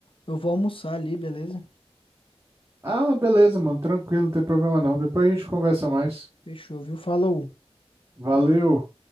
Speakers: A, on the left; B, on the right.
A: eu vou almoçar ali, beleza?
B: Ah, beleza, mano. Tranquilo, não tem problema não. Depois a gente conversa mais.
A: Fechou, viu? Falou.
B: Valeu.